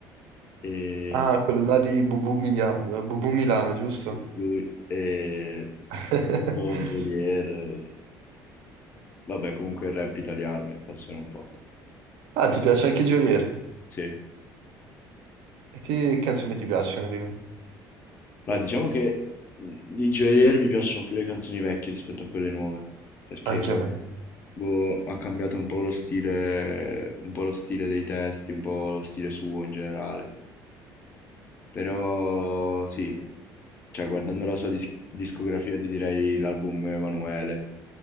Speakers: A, on the left; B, on the right.
A: e
B: Ah, quello là di Bubu Milano, Bubu Milano, giusto?
A: sì, lui, e
B: <laughs>
A: Bon Geolier, eh, vabbè comunque il rap italiano mi appassiona un po',
B: Ah, ti piace anche Geolier?
A: sì.
B: E che canzoni ti piacciono di lui?
A: Ma diciamo che mh, di Joyeux mi piacciono più le canzoni vecchie rispetto a quelle nuove, perché
B: Anche a me.
A: boh, ha cambiato un po' lo stile, un po' lo stile dei testi, un po' lo stile suo in generale. Però sì, cioè guardando la sua dis- discografia ti direi l'album Emanuele,